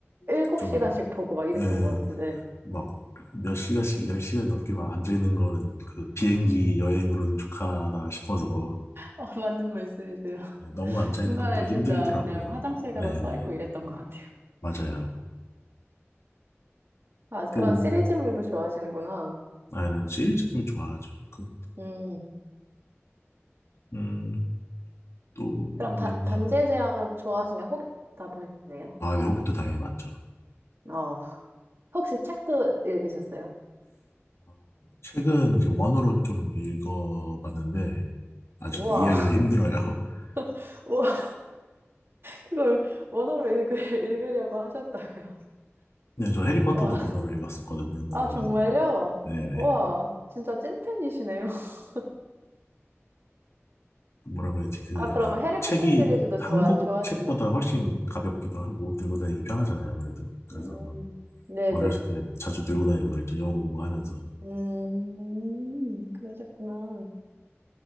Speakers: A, on the right; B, on the left.
A: 7시간씩
B: 그 좀,
A: 보고 막 이랬던
B: 예,
A: 것 같은데.
B: 막, 몇 시간씩, 열 시간 넘게 막 앉아있는 거는 그 비행기 여행으로는 족하다 싶어서,
A: 어, 맞는 말씀이세요.
B: 네, 너무 앉아있는
A: 중간에
B: 것도
A: 진짜
B: 힘들더라고요.
A: 그냥 화장실 가서
B: 네네.
A: 서 있고 이랬던 것 같아요.
B: 맞아요.
A: 아, 그런
B: 또,
A: 시리즈물도 좋아하시는구나.
B: 아, 는 시리즈물 좋아하죠. 그,
A: 음,
B: 음, 또
A: 그럼 바,
B: 뭐였냐면은
A: 반지의 제왕 좋아하시면 호빗 다 보셨네요.
B: 아, 네, 호빗도 당연히 맞죠.
A: 어, 혹시 책도 읽으셨어요?
B: 아, 책은 이제 원어로 좀 읽어봤는데 아직도
A: 우와.
B: 이해하기가 힘들어요. <laughs>
A: <laughs> 우와, 그걸 원어로 읽으, 읽으려고 하셨다고요?
B: 네, 저 해리포터도
A: 우와,
B: 원어로 읽었었거든요. 그래가지고
A: 아, 정말요?
B: 네네
A: 우와, 진짜 찐팬이시네요. <laughs>
B: 뭐라 고 해야지 그
A: 아,
B: 약간
A: 그러면 해리포터
B: 책이
A: 시리즈도
B: 한국
A: 좋아, 좋아하시나
B: 책보다
A: 보다.
B: 훨씬 가볍기도 하고 들고 다니기 편하잖아요. 아무래도 그래서
A: 음,
B: 뭐
A: 네네.
B: 어렸을 때 자주 들고 다니고 그랬죠. 영어 공부하면서
A: 음, 그러셨구나.